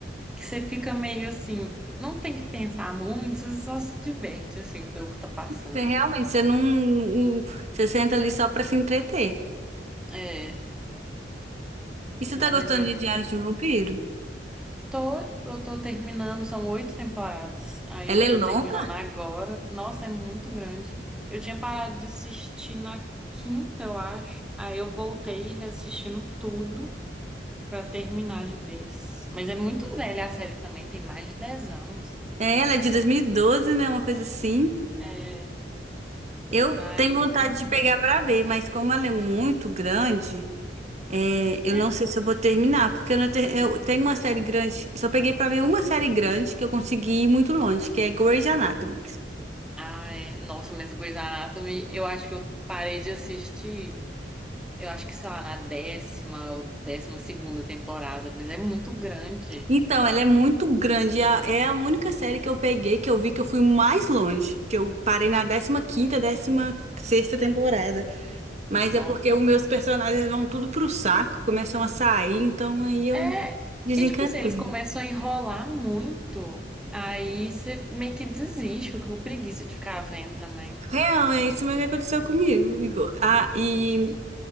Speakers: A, in the centre; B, on the right.
A: que você fica meio assim, não tem que pensar muito, você só se diverte assim pelo que tá passando.
B: Você realmente, você não, não- você senta ali só pra se entreter.
A: É,
B: E você
A: não,
B: tá gostando
A: mas é
B: de
A: bem
B: Diário
A: legal.
B: de um Vampiro?
A: Tô, eu tô terminando, são oito temporadas. Aí
B: Ela
A: eu
B: é
A: tô
B: longa?
A: terminando agora. Nossa, é muito grande. Eu tinha parado de assistir na quinta, eu acho. Aí eu voltei reassistindo tudo pra terminar de vez. Mas é muito velha a série também, tem mais de 10 anos.
B: É, ela é de 2012, né? Uma coisa assim.
A: É,
B: Eu
A: aí.
B: tenho vontade de pegar para ver, mas como ela é muito grande, é, eu
A: É.
B: não sei se eu vou terminar, porque eu, não te- eu tenho uma série grande, só peguei para ver uma série grande que eu consegui ir muito longe, que é Grey's Anatomy.
A: Ai, nossa, mas Grey's Anatomy, eu acho que eu parei de assistir, eu acho que, sei lá, na décima ou décima segunda temporada, mas é muito grande.
B: Então, ela é muito grande, é a é a única série que eu peguei que eu vi que eu fui mais longe, que eu parei na décima quinta, décima sexta temporada. Mas
A: Nó.
B: é porque os meus personagens vão tudo pro saco, começam a sair, então aí eu
A: É,
B: desencantei.
A: e tipo assim, eles começam a enrolar muito, aí você meio que desiste, fica com preguiça de ficar vendo também.
B: Real, é isso mesmo que aconteceu comigo, Igor. Ah, e